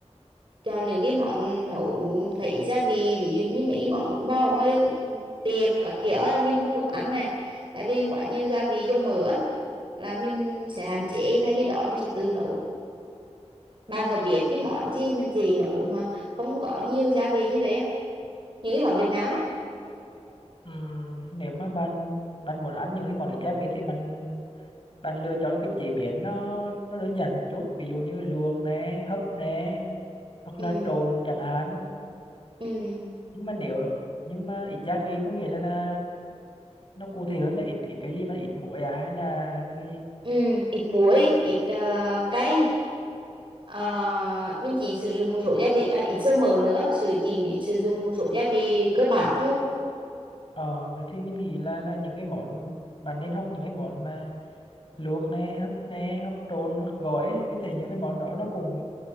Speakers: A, on the right; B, on the left.
A: chọn những cái món nấu phải gia vị, ví dụ như mấy cái món bún bò ở ngoài ừ, tiệm các kiểu là mình không được ăn này. Tại vì quá nhiều gia vị dầu mỡ á, là mình sẽ hạn chế, thay vì đó mình sẽ tự nấu. Bạn có biết cái món gì mà dễ nấu mà không có nhiều gia vị như vậy không? Những cái món Việt Nam ấy.
B: Ừm, nếu mà bạn bạn muốn ăn những cái món ít gia vị thì bạn bạn lựa chọn là cái chế biến nó nó đơn giản một chút ví dụ như luộc nè hấp nè hoặc
A: Ừ.
B: là trộn chẳng hạn
A: Ừ.
B: nhưng mà nếu nhưng mà ít gia vị có nghĩa là là nó cụ thể hơn là ít ít cái gì mà ít muối à hay là là cái gì
A: Ừ, ít muối, ít ờ, cay. Ờ, mình chỉ sử dụng một số gia vị, à, ít dầu mỡ nữa, sử chỉ sử dụng một số gia vị cơ bản thôi.
B: ờ vậy thì mình nghĩ là là những cái món bạn nên học những cái món mà luộc nè hấp nè hoặc trộn hoặc gói ấy. mình thấy những cái món đó nó cũng